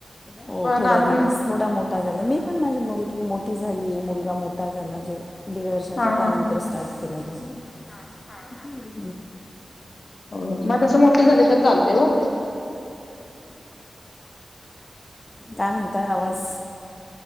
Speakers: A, on the left; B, on the left.
A: हो
B: पण
A: थोडा
B: अजुन
A: दिवस थोडा मोठा झाला. मी पण माझी मुलगी मोठी झाली आहे मुलगा मोठा झाला जो दीड वर्षाचा
B: हां,
A: त्यानंतर
B: हां,
A: स्टार्ट केला मी. हां हां
B: हो मग तसं मोठे झाले तर चालतेय ओ.
A: काय म्हणताय आवाज?